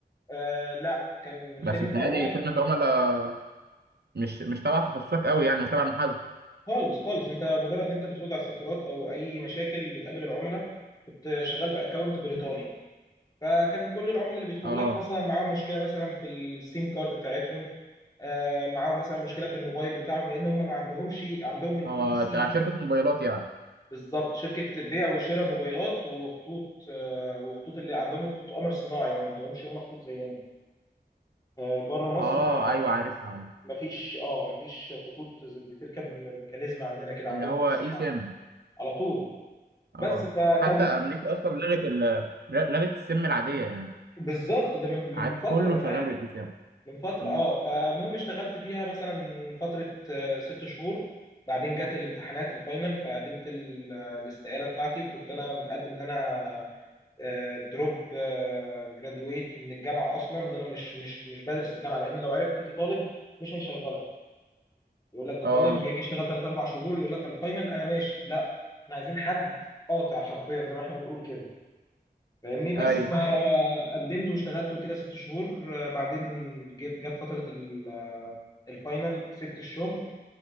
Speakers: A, on the left (about 20°); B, on the right (about 75°).
A: آه، لا كان
B: بس
A: خدمه
B: بتهيألي
A: عملاء
B: خدمة عملاء مش مش تبع تخصصك قوي يعني مش تبع المحاسبه
A: خالص خالص انت مجرد انت بترد على استفسارات او اي مشاكل بتقابل العملاء كنت شغال في اكونت بريطاني
B: مم.
A: فكان كل العملاء اللي بيدخلوا
B: اه
A: لك مثلا معاهم مشكله مثلا في السيم كارد بتاعتهم آه، معاهم مثلا مشكله في الموبايل بتاعهم لان هم ما عندهمش عندهم الاي
B: اه
A: سيم
B: تبع شركه موبايلات يعني
A: بالظبط شركه بيع وشراء موبايلات وخطوط آه، وخطوط اللي عندهم خطوط قمر صناعي ما عندهمش هم خطوط زينا آه، بره مصر
B: اه
A: ما
B: ايوه عارف عارف
A: ما فيش اه ما فيش خطوط زي- بتركب م- ميكانيزم عندنا كده عندهم
B: اللي هو
A: اي سيم
B: اي سيم
A: على طول على طول بس
B: اه
A: فكان
B: حتى امريكا اصلا لغت ال لغت السيم العاديه يعني
A: بالظبط ده من
B: عاد
A: من فتره
B: كله
A: كمان
B: شغال بالاي سيم
A: من فترة
B: مم.
A: اه فالمهم اشتغلت فيها مثلا فترة آه، ست شهور بعدين جت الامتحانات الفاينل فقدمت ال- آه، الاستقالة بتاعتي وكنت انا مقدم ان انا دروب جراديويت من الجامعة اصلا ان انا مش مش مش بدرس الجامعة لان لو عرف ان انت طالب مش هيشغلك يقول لك ده
B: اه
A: طالب هيجي يشتغل ثلاث اربع شهور يقول لك الفاينل انا ماشي لا احنا عايزين حد قاطع حرفيا زي ما احنا بنقول كده فاهمني بس
B: ايوه
A: فقدمت واشتغلت وكده ست شهور آه، بعدين جت جت فترة ال- آه، الفاينل سبت الشغل